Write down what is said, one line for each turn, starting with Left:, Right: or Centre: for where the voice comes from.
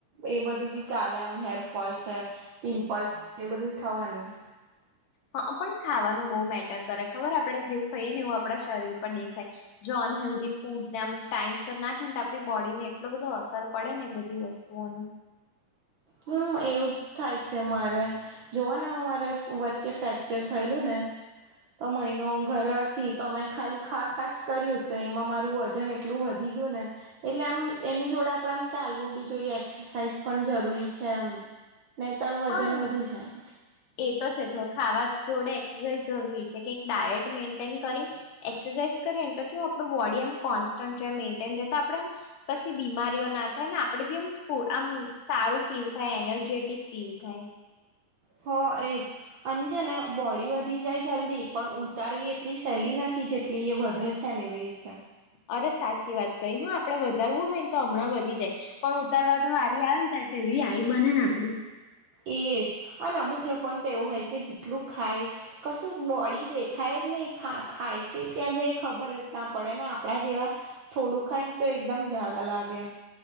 Right: એ બધું બી ચાલે એમ હેરફોલ છે પિમ્પલ્સ છે એ બધું થવાનું.
Left: હા પણ ખાવાનું બહુ મેટર કરે ખબર આપડણેે જેવું ખાઈએ ને એવું આપણા શરીર પર દેખાય. જોન હેલ્ધી ફૂડ ના ટાઈમ સર ના. આપડી બોડી ને એટલો બધો અસર પડે ને એ બધી વસ્તુઓ ન.
Right: હમ એવું જ થાય છે મારે. જો ને હું મારે વચ્ચે ફ્રેક્ચર થયેલું ને. તો મહિનો ઘરે હતી તો મેમે ખાલી ખા ખાચ કર્યું તો એમાં મારું વજન એટલું એટલું વધી ગયું ને એટલે આમ એની જોડે આપણેે આમ ચાલવું બી જોઈએ એક્સરસાઇઝ પણ જરૂરી છે એમ. નહીતર વજન
Left: હા
Right: વધી જાય.
Left: એ તો છે જો ખાવા જોડે એક્સરસાઇઝ જરૂરી છે કે ડાયટ મેન્ટેન કરીને એક્સરસાઇઝ કરીએને તો કેવું આપ બોડી એમ કોન્સ્ટન્ટ મેન્ટેન રહે તો આપડે આમ કશી બીમારીઓ ના થાય ને આપડે બી આમ આમ સારું ફીલ થાય એનર્જેટિક ફીલ થાય.
Right: હ એજ. અને છે ને બોડી વધી જાય જલ્દી પણ ઉતારવી એટલી સહેલી નથી જેટલી એ વધે જ છે ને એવી રીત ન.
Left: અરે સાચી વાત કહી હ આપડે વધારવું હોય ને તો હમણાં વધી જાય પણ ઉતારવામાં વારી આવે ને તવી આવી બને ને આપડી.
Right: એ જ અને અમુક લોકોને તો એવું હોય કે જેટલું ખાય. કશું જ બોડી દેખાય જ નહીં ખાય છે ક્યાં જ ખબર જ ના પડે ને આપણા જેવા થોડું ખાઈ તો એકદમ ઝાડા લાગે.